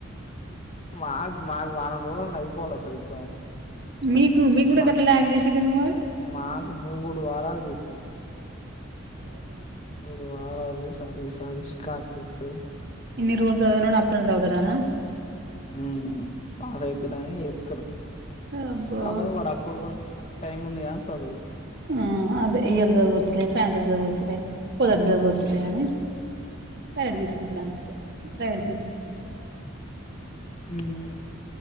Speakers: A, on the left; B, on the right.
A: మాకు మాకు వారండు రోజలు అయిపోవాల అస్సలు ఎక్సమ్
B: మీకు మీకు కూడా
A: మా
B: గట్లా లాగ్ చేసిరు ఎందుకు మరి
A: మాకు మూడు వారాలు ట్టడు
B: అ
A: అడు వారాలుడు సది సధీషికార్తితుది
B: ఇన్ని రోజలు చదువుడు అప్పుడు చదువుతడారా
A: ఉ పాస్ అయితుర అని ఎతుారు
B: అబ్బో
A: కాపోతే వాడ అప్పుడు కూడా టైంది న్ సాదవుడదు
B: ఆ అది ఇయరు చదువొచ్చులే సాయంత్ర చదువొచ్చులే పోదటి చదవొచ్చులే అనీ రైడ్ తీసుకుంటాడు అన్నట్టు రైడ్
A: మ్